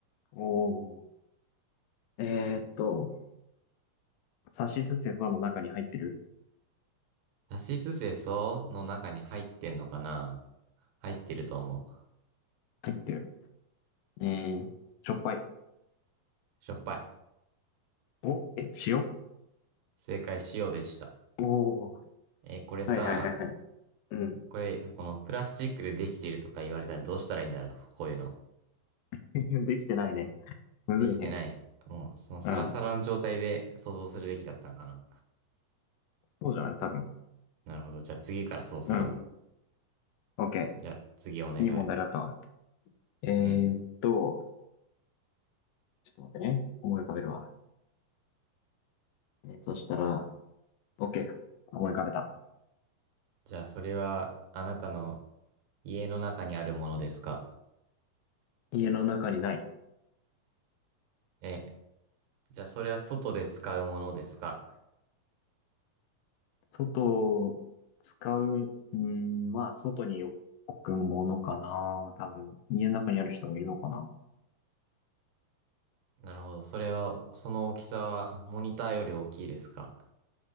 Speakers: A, on the left (about 75°); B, on the right (about 85°).
A: おー。えーっと、さしすせその中に入ってる
B: さしすせその中に入ってんのかな入ってると思う。
A: 入ってる。えー、しょっぱい。
B: しょっぱい。
A: お、え、塩お
B: 正解、塩でした。
A: おー、
B: えーこれさ、
A: はいはいはいはい。うん。
B: これ、このプラスチックでできてるとか言われたらどうしたらいいんだろうこういうの。
A: <laughs> できてないね。むずいね。
B: できてない。もう、そのサラサラの状態で想像するべきだったんかな。
A: うん。そうじゃない多分。
B: なるほど。じゃあ次からそうするわ。
A: うん。オッケ
B: じゃあ次お願い。
A: ー。いい問題だったわ。えーっと、
B: うん。
A: ちょっと待ってね。思い浮かべるわ。えーそしたら、オッケー。思い浮かべた。
B: じゃあ、それは、あなたの家の中にあるものですか
A: 家の中にない。
B: え、じゃあ、それは外で使うものですか
A: 外を使う、うん、まあ、外に置くものかな。多分、家の中にある人もいるのかな。
B: なるほど。それは、その大きさは、モニターより大きいですか